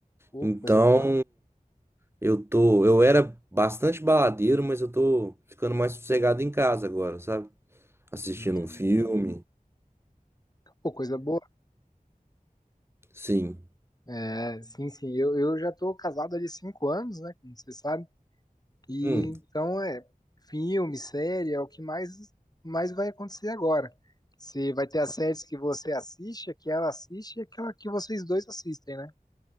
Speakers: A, on the left; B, on the right.
A: Pô,
B: Então,
A: coisa boa.
B: eu tô, eu era bastante baladeiro, mas eu tô ficando mais sossegado em casa agora, sabe? Assistindo
A: Uhum.
B: um filme.
A: Pô, coisa boa.
B: Sim.
A: É, sim, sim, eu, eu já tô casado ali há cinco anos, né? Como você sabe. E
B: Hum,
A: então é filme, série, é o que mais, mais vai acontecer agora. Você vai ter as séries que você assiste, a que ela assiste e aquela que vocês dois assistem, né?